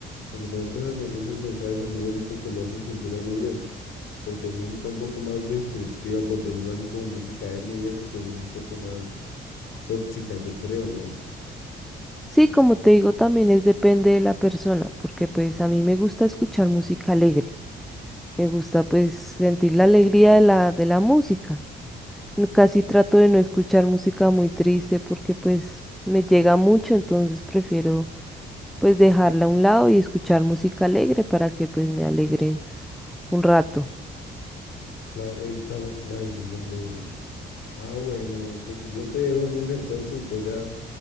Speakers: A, on the left; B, in the centre.
A: Porque, por ejemplo, esos, me- esos mensajes así bonitos pues lo hacen sentir a uno bien. pero pues música un poco más destructiva, por decirlo así, como música emo y eso, pues es un poco más tóxica, yo creo, ¿no?
B: Sí, como te digo, también es depende de la persona, porque pues a mí me gusta escuchar música alegre, me gusta pues sentir la alegría de la, de la música. No- Casi trato de no escuchar música muy triste porque pues me llega mucho, entonces prefiero pues dejarla a un lado y escuchar música alegre para que pues me alegre un rato.
A: Claro, ahí está la, la decisión de uno. Ah, bueno, oye, yo te dejo luz, entonces voy a